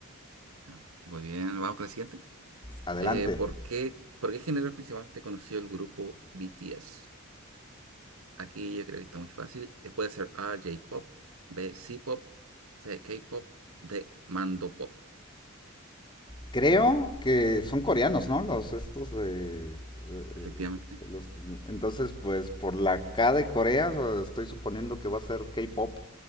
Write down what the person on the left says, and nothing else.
Adelante.
Creo que son coreanos, ¿no? Los estos de... eh,
los que- entonces, pues por la K de Corea, eh, estoy suponiendo que va a ser K-pop.